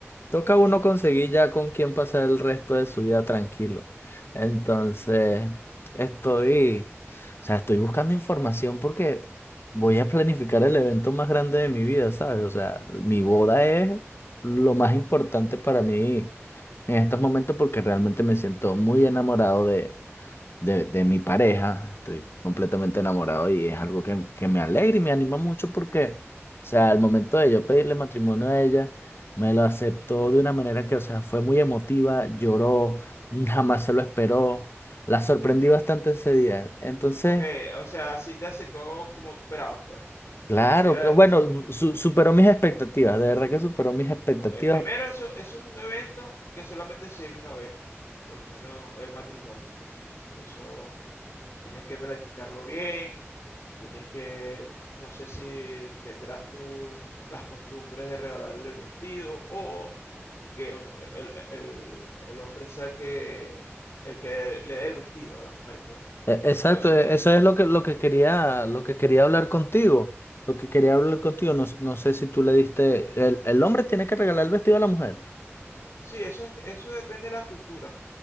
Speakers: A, on the left (about 55°); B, on the left (about 75°).
A: Toca uno conseguir ya con quién pasar el resto de su vida tranquilo. Entonces, estoy, o sea, estoy buscando información porque voy a planificar el evento más grande de mi vida, ¿sabes? O sea, mi boda es lo más importante para mí en estos momentos porque realmente me siento muy enamorado de, de mi pareja, estoy completamente enamorado y es algo que, que me alegra y me anima mucho porque, o sea, al momento de yo pedirle matrimonio a ella, me lo aceptó de una manera que, o sea, fue muy emotiva, lloró, <laughs> jamás se lo esperó, la sorprendí bastante ese día. Entonces,
B: Ok, o sea, si te aceptó como tú esperabas, pues. O
A: claro,
B: sea, si era...
A: claro, bueno, su- superó mis expectativas, de verdad que superó mis expectativas
B: Ok, primero, eso, eso es un evento que solamente se vive una vez. Por lo menos el matrimonio. Eso tienes que planificarlo bien. Tienes que, no sé si tendrás tú las costumbres de regalarle el vestido o que un- el, el- el hombre sea el que, el que le dé el vestido a la mujer, pues.
A: E- Exacto,
B: Todo eso tiene,
A: e- eso es lo que, lo que quería, lo que quería hablar contigo. Lo que quería hablar contigo, no, s- no sé si tú le diste. El, el hombre tiene que regalar el vestido a la mujer.
B: sí, eso es- eso depende de la cultura.